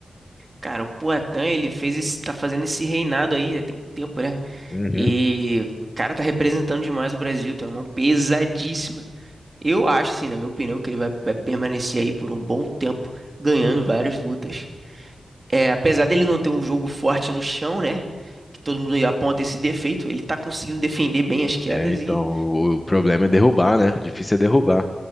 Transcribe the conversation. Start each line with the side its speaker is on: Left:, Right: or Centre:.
Right: Cara, o Poatan, ele fez esse, tá fazendo esse reinado aí, já tem tempo, né?
Left: Uhum.
Right: E o cara tá representando demais o Brasil, tem uma mão pesadíssima. Eu acho, sim, na minha opinião, que ele vai, vai permanecer aí por um bom tempo, ganhando várias lutas. É, apesar dele não ter um jogo forte no chão, né? Que todo mundo aponta esse defeito, ele tá conseguindo defender bem as quedas
Left: É, então,
Right: e,
Left: o problema é derrubar, né? O difícil é derrubar.